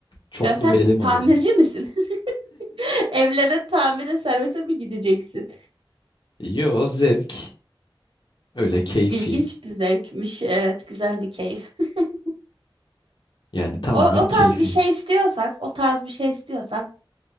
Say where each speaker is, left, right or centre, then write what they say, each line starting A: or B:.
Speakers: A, on the left; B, on the right.
A: Çoklu
B: Ya sen
A: bir elim
B: tamirci
A: olurdu.
B: misin? <laughs> Evlere tamire servise mi gideceksin?
A: Yo zevk. Öyle keyfi.
B: İlginç bir zevkmiş. Evet, güzel bir keyif. <laughs>
A: Yani tamamen
B: O, o
A: keyfi.
B: tarz bir şey istiyorsak, o tarz bir şey istiyorsak,